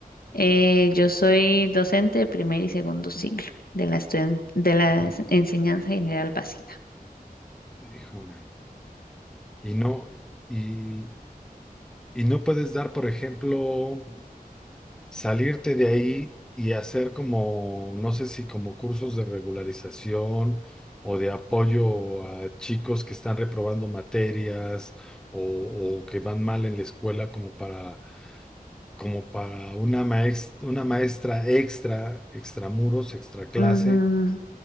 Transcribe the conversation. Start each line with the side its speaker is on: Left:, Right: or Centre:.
Left: Eh, yo soy docente de primer y segundo ciclo de la estudian- de la
Centre: Mm,
Left: ens- enseñanza general básica.
Centre: Híjole. Y no, y Y no puedes dar, por ejemplo, salirte de ahí y hacer como, no sé si como cursos de regularización o de apoyo a chicos que están reprobando materias o, o que van mal en la escuela como para, como para una maes- una maestra extra, extramuros, extra clase,
Left: Ujú.